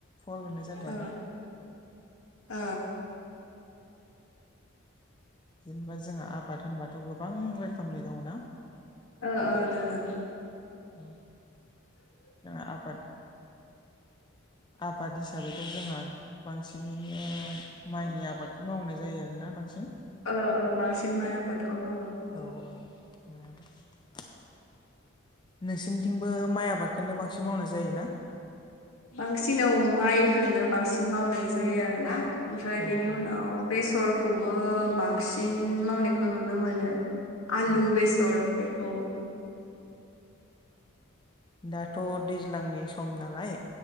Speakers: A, on the left; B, on the left.
A: फन हरनाय जादों
B: ओ
A: आरोना
B: ओ
A: जेनेबा जोंहा आबाद होनबाथ गोबां रोखोमनि दङ ना
B: ओ ओ दोङो
A: औ जों आबाद आबाद हिसाबैथ जोंहा बांसिनैनो माइनि आ बादखौ मावनाय जायो आरोना बांसिन
B: ओ ओ बांसिन माइ आबादखौ मावो
A: औ औ माइ आबाद नोंसोरनिथिंबो माइ आबादखौनो बांसिन मावनाय जायोना
B: बांसिनाव औ माइखौनो बांसिन मावनाय जायो आरोना ओमफ्राय
A: औ
B: बेनि
A: औ
B: उनाव बेसरखौबो बांसिन मावनायखौ नुनो मोनो आलु
A: औ
B: बेसर बेखौ
A: दाथ दैज्लांनि सम नालाय